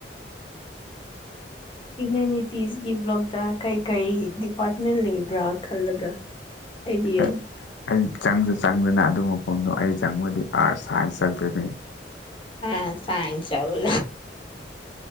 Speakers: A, on the left (about 30°); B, on the left (about 90°).
A: ꯍꯤꯌꯨꯃꯅꯤꯇꯤꯁꯀꯤ ꯕ꯭ꯂꯣꯛꯇ ꯀꯩ ꯀꯩ ꯗꯤꯄꯥꯔꯠꯃꯦꯟ ꯂꯩꯕ꯭ꯔꯥ ꯈꯜꯂꯒ ꯍꯥꯏꯕꯤꯌꯨ
B: ꯑꯩ ꯑꯩ ꯆꯪꯁꯨ ꯆꯪꯗꯅ ꯑꯗꯨ ꯃꯐꯝꯗꯣ ꯑꯩ ꯆꯪꯕꯗꯤ ꯑꯥꯔꯠꯁ ꯁꯥꯏꯟꯁ ꯆꯪꯗꯣꯏꯅꯤ
A: ꯑ ꯆꯥꯏ ꯆꯕ